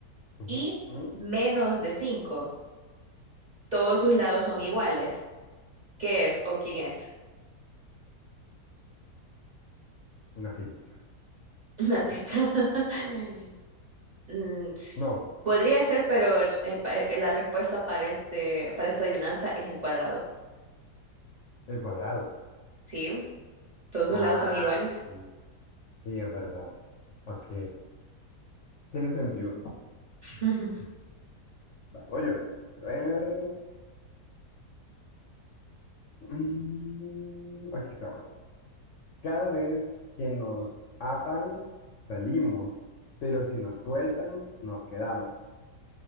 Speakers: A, on the left (about 65°); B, on the right (about 35°).
A: ujú,
B: y
A: ujú,
B: menos de cinco. Todos sus lados son iguales. ¿Qué es o quién es?
A: una pizza.
B: Una pizza. <laughs> Mm, s-
A: No,
B: Podría ser, pero eh, pa- eh, la respuesta para este, para esta adivinanza es el cuadrado.
A: el cuadrado.
B: ¿Sí? Todos sus
A: Ah,
B: lados son iguales.
A: sí, sí, es verdad. Ok, tiene sentido.
B: <laughs>
A: Va, Voy yo. A ver. mm, aquí está. abro. Cada vez que nos atan, salimos, pero si nos sueltan, nos quedamos.